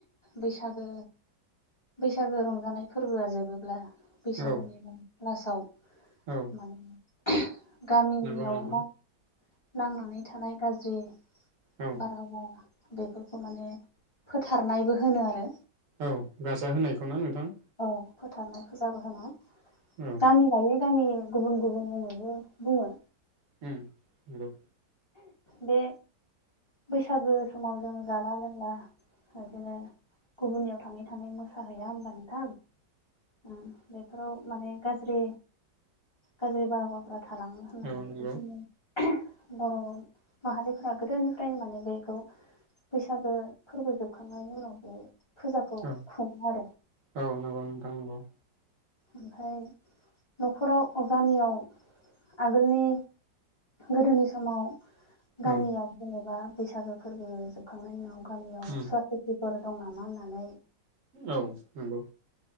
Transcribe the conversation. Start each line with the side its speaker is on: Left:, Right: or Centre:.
Left: बैसागो बैसागो रंजानाय फोरबोआ जोबोब्ला बैसागोनि
Right: औ
Left: लासाव
Right: औ
Left: माने गामिनियाव
Right: नंगौ नोंथां
Left: ना नांनानै थानाय गाज्रि
Right: औ
Left: बारहावाव बेफोरखौ माने फोथारनायबो होनो आरो
Right: औ गारजा होनायखौ ना नोंथां
Left: औ फोथारनाय फुजाबो होनो
Right: औ
Left: गामि गायै गामि गुबुन गुबुन मुङैबो बुङो
Right: उम नंगौ
Left: बे बैसागो समाव जों जाला लोंला इदिनो गुबुननियाव थाङै थानाय मो- साहैया होमबा नोंथां उम बेफोराव माने गाज्रि गाज्रि बारहावफ्रा थालाङो होननानै
Right: औ नंगौ
Left: इदिनो बर' माहारिफोरा गोदोनिफ्रायनो माने बेखौ बैसागो फोरबो जोबखांनायनि उनाव बे फुजाखौ
Right: औ
Left: खुङो आरो
Right: औ नोंगौ नोंथां नोंगौ
Left: ओमफ्राय न'खराव गामियाव आगोलनि गोदोनि समाव
Right: औ
Left: गामियाव जेनेबा बैसागो फोरबो जोबखांनायनि उनाव गामियाव
Right: औ
Left: सुवा खुतिफोर दं नामा होननानै
Right: औ नंगौ